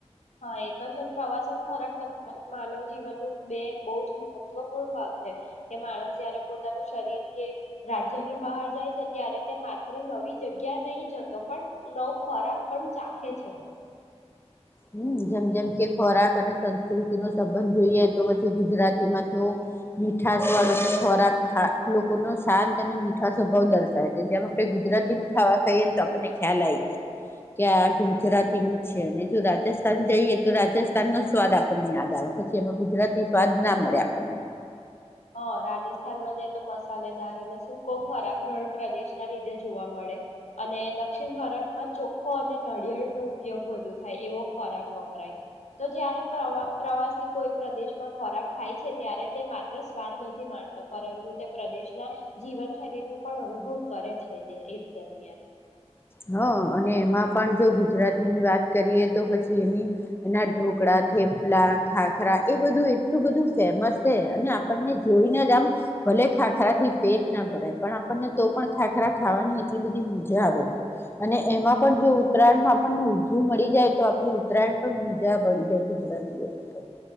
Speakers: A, on the left; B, on the left.
A: હા એ તો છે પ્રવાસન ખોરાક તો માનવ જીવન ન બે બહુ જ મહત્વપૂર્ણ ભાગ છે કે માણસ જયારે પોતાનું શરીર કે રાજ્યની બહાર જાય છે ત્યારે તે માત્ર નવી જગ્યા નહી જતો પણ નવ ખોરાક પણ ચાખે છે
B: હમ જેમ જેમ કે ખોરાક અને સંસ્કૃતિ નો સંબંધ જોઈએ તો પછી ગુજરાતીમાં તો મીઠશ વાળો ખોરાક લોકો ન શાંત અને મીઠા સ્વભાવ દર્શાવે છે જેમ આપણે ગુજરાતી ખાવા ખાઈએ ને તો આપણને ખ્યાલ આવી જાય કે આ ગુજરાતી કિંગ છે અને જો રાજસ્થાન જઈએ તો રાજસ્થાન નો સ્વાદ આપણને યાદ આવે પછી એમાં ગુજરાતી સ્વાદ ના મળે આપણને
A: હા રાજસ્થાનમાં જાય તો મસાલેદાર અને સૂકો ખોરાક રણ પ્રદેશ ના લીધે જોવા મળે અને દક્ષિણ ભારતમાં ચોખ્ખો અને નડિયળ નો ઉપયોગ વધુ થાય એવો ખોરાક વપરાય તો જયારેવા પ્રવાસી કોઈ પ્રદેશમાં ખોરાક ખાય છે ત્યારે તે મા એ સ્વાદ નથી માણતો પરંતુ તે પ્રદેશના જીવનશૈલી નું પણ અનુભવ કરે છે એ દરમિયાન
B: હ અને એમાં પણ જો ગુજરાતીની વાત કરીએ તો પછી એની એના ઢોકળા થેપલા ખાખરા એ બધું એટલું બધું ફેમસ છે અને આપણને જોઈને જ આમ ભલે ખાખરા થી પેટ ના ભરાય પણ આપણને તો પણ ખાખરા ખાવાની એટલી બધી મજા મજા આવે છે અને એમાં પણ જો ઉત્તરાયણમાં આપણને ઊજું મળી જાય તો આપડી ઉત્તરાયણ પણ મજા પડી જાય ગુજરાતીઓની તો